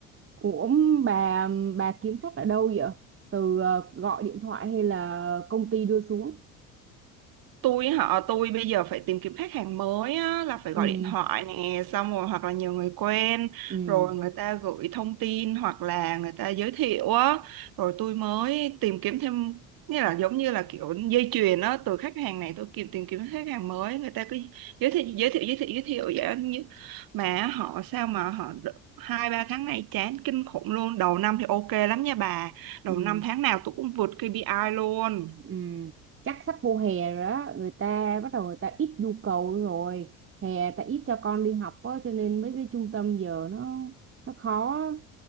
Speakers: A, on the right; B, on the right.
A: Ủa bà bà kiếm khách ở đâu vậy? Từ ờ, gọi điện thoại hay là công ty đưa xuống?
B: tôi họ tôi bây giờ phải tìm kiếm khách hàng mới á, là phải
A: Ừ.
B: gọi điện thoại nè xong rồi hoặc là nhờ người quen
A: Ừ.
B: rồi người ta gửi thông tin hoặc là người ta giới thiệu á rồi tôi mới tìm kiếm thêm nghĩa là giống như là kiểu dây chuyền á từ khách hàng này tôi kịp tìm kiếm khách hàng mới người ta cứ giới thiệu giới thiệu giới thiệu giới thiệu vậy á. như mà họ sao mà họ đ- hai ba tháng nay chán kinh khủng luôn đầu năm thì ok lắm nha bà đầu
A: Ừ.
B: năm tháng nào tôi cũng vượt KPI luôn
A: Ừm, chắc sắp vô hè rồi đó người ta bắt đầu người ta ít nhu cầu rồi hè ta ít cho con đi học á cho nên mấy cái trung tâm giờ nó nó khó á.